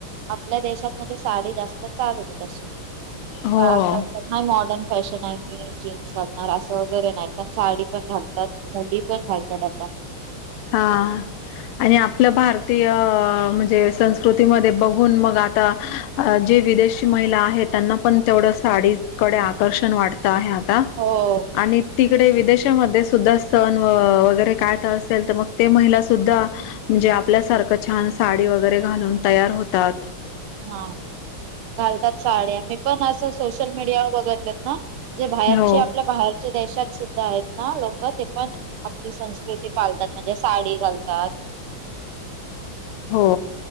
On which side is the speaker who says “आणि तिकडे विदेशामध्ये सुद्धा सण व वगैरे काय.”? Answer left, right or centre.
Left